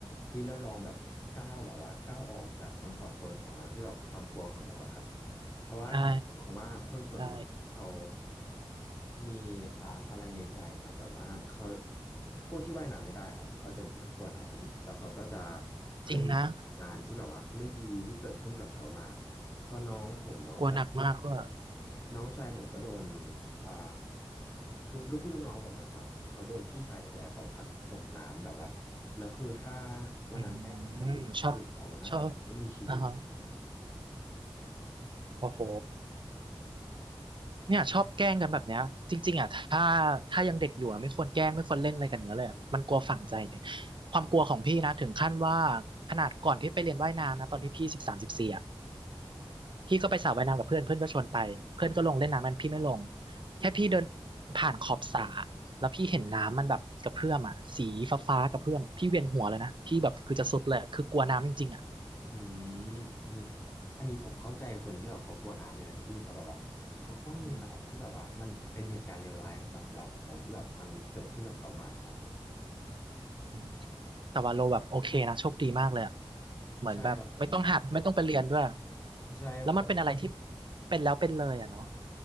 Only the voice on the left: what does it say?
เฮ้ยเราลองแบบก้าวแบบว่าก้าวออกจากคอมฟอร์ z โซนของเราที่แบบความกลัวของเราอะครับ เพราะว่าผมก็มองว่าคนส่วนมากที่เขา
มีอ่าอะไรในใจครับแบบว่าเขาพวกที่ว่ายน้ำไม่ได้ครับเขาจะเป็นพวกที่กลัวน้ำแล้วเขาก็จะเคยมีประสบการณ์ที่แบบว่าไม่ดีที่เกิดขึ้นกับเขามา
พอน้องผมน้องชาย
น้องชายผมก็โดนอ่าคือลูกพี่ลูกน้องผมอะครับเขาโดนพี่ชายแท้ๆเขาผลักตกน้ำแบบว่าแล้วคือถ้าวันนั้นแม่ผมไม่อยู่คือเขาน่าจะแบบไม่มีชีวิตอยู่แล้วอะครับ
อืมอันนี้อันนี้ผมเข้าใจคนที่แบบเขากลัวน้ำเลยนะพี่เพราะแบบว่าเขาต้องมีอะไรที่แบบว่ามันเป็นเหตุการณ์เลวร้ายสำหรับเขาที่แบบมันเกิดขึ้นกับเขามาก่อนนะ
ใช่ครับผมใช่ครับผม